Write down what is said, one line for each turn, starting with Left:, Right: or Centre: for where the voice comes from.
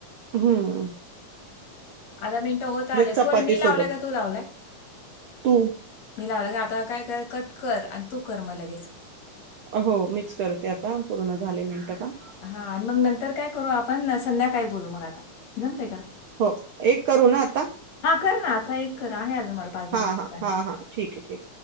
Right: हम्म.
Left: आता मिनटं होत आले,
Right: चपातीसोबत.
Left: कोण मी लावलाय का तू लावलाय?
Right: तू
Left: मी लावलाय का, आता काय कर कट कर आणि तू कर मग लगेच.
Right: हो मीच करते आता, पूर्ण झाले मिनट का.
Left: हा आणि मग नंतर काय करू आपण, संध्याकाळी बोलू मग आता. जमतय का?
Right: हो एक करू ना आता?
Left: हा कर ना, आता एक कर आहे अजून मला पाच, दहा
Right: हां,
Left: मिनट.
Right: हां, हां, हां. ठीक आहे, ठीक आहे.